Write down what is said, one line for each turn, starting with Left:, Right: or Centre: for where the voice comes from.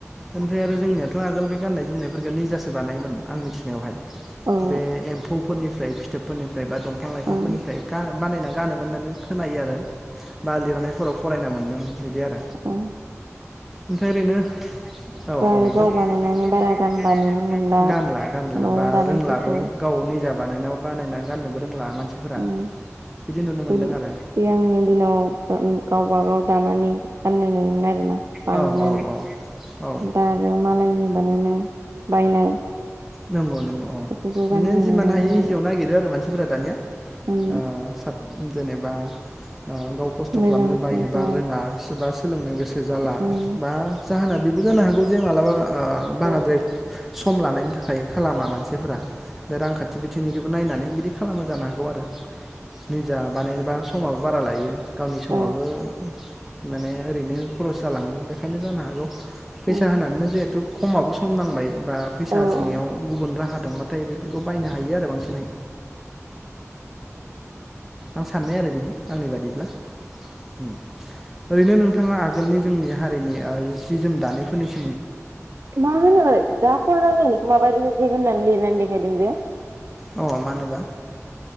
Centre: ओमफ्राय आरो जोंनियाथ' आगोल बे गाननाय जोमनायफोरखौ निजासो बानायोमोन आं मिथिनायावहाय।
Right: औ
Centre: बे एम्फौफोरनिफ्राय फिथोबफोरनिफ्राय बा दंफां लाइफांफोरनिफ्राय
Right: उम
Centre: गा बानायना गानोमोन होनना खोनायो आरो बा लिरनायफोराव फरायना मोन्दों बिदि आरो।
Right: अ।
Centre: ओमफ्राय ओरैनो औ
Right: आरो
Centre: औ
Right: गाव
Centre: जों <unintelligible>
Right: बानायनानै बारा गानला नुनो मोनला
Centre: गानला गानला
Right: न'आव
Centre: बा
Right: दानायफोरखौ
Centre: रोंलाबो गाव औ निजा बानायनाव बानायना गाननोबो रोंला। मानसिफोरा
Right: ओम
Centre: बिदि नुनो मोनदों
Right: ओम
Centre: आरो
Right: सिगांनि दिनाव ओम गावबा गाव दानानै गाननाय नुयोमोन आरोना बानायनानै
Centre: औ औ औ औ
Right: दा आरो मालायनि बानायनाय बायनाय
Centre: नंगौ नंगौ अ
Right: बेफोरखौ
Centre: माने
Right: गाननाय
Centre: जिमान
Right: नुनो
Centre: हायो
Right: मोनो आरो
Centre: इजियाव नागिरो आरो मानसिफोरा दानिया
Right: उम
Centre: ओ साब जेनेबा ओ गाव खस्थ'
Right: मोजांसिन
Centre: खालामनो बायो बा
Right: औ
Centre: रोङा सोरबा सोलोंनो गोसो जाला
Right: उम
Centre: बा जाहोना बेबो जानो हागौ जे मालाबा बाराद्राय
Right: उम
Centre: सम लानायनि थाखाय थाखाय खालामा मानसिफोरा बे रांखान्थि बिथिंनिखोबो नायनानै बिदि खालामो जानो हागौ आरो निजा बानायनोबा समाबो बारा लायो गावनि समाबो
Right: औ
Centre: माने ओरैनो खरस जालाङो बेखायनो जानो हागौ फैसा
Right: उम
Centre: होनानैनो जिहेथु खमाबो सम नांबाय बा फैसा
Right: औ
Centre: आरजिनायाव
Right: औ
Centre: गुबुन राहा दंबाथाय बे बेफोरखौ बायनो हायो आरो बांसिनहाय आं साननाय आरो बिदि आंनि बादिब्ला ओम ओरैनो नोंथाङा आगोलनि जोंनि हारिनि ओ जि जोम दानायफोरनि सायाव
Right: मा होनो दा कल रायलायनायखौ माबाय रेजेग होननानै लिरनानै देखायदों जे
Centre: अ मानोबा